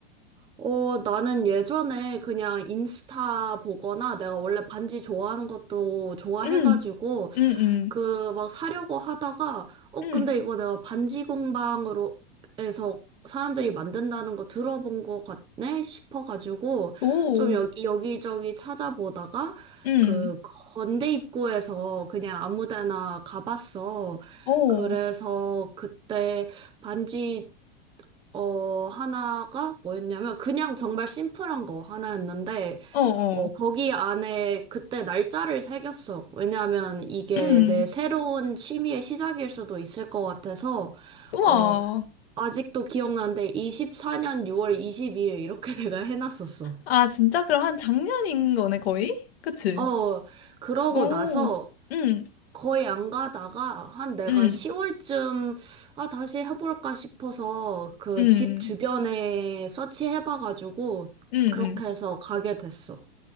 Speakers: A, on the right (about 15°); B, on the left (about 75°).
A: 어, 나는 예전에 그냥 인스타 보거나 내가 원래 반지 좋아하는 것도 좋아해가지고
B: 응, 응, 응,
A: 그 막 사려고 하다가 어,
B: 응.
A: 근데 이거 내가 반지 공방으로 해서 사람들이 만든다는 거 들어본 거 같네 싶어가지고
B: 오,
A: 좀 여기, 여기저기 찾아보다가
B: 응,
A: 그 건대 입구에서 그냥 아무 데나 가봤어.
B: 오,
A: 그래서 그때 반지 어, 하나가 뭐였냐면 그냥 정말 심플한 거 하나였는데
B: 어, 어,
A: 어, 거기 안에 그때 날짜를 새겼어. 왜냐하면 이게
B: 응.
A: 내 새로운 취미의 시작일 수도 있을 것 같아서
B: 우와.
A: 어, 아직도 기억나는데 24년 6월 22일 이렇게 <laughs> 내가 해놨었어.
B: 아, 진짜? 그럼 한 작년인 거네, 거의? 그치?
A: 어, 그러고
B: 오,
A: 나서
B: 응,
A: 거의 안 가다가 한 내가
B: 응,
A: 10월쯤 아 다시 해볼까 싶어서 그
B: 응,
A: 집 주변에 서치해봐가지고
B: 응,
A: 그렇게
B: 응.
A: 해서 가게 됐어.